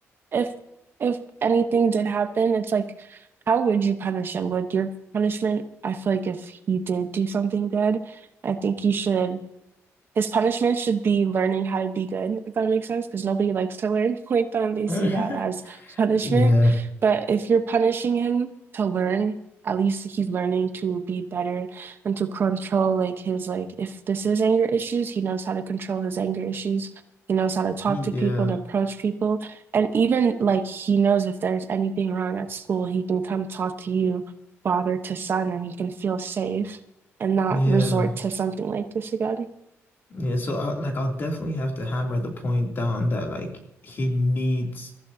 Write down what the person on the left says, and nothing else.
<laughs>
Yeah,
yeah,
yeah,
yeah. So I, like, I'll definitely have to hammer the point down that like he needs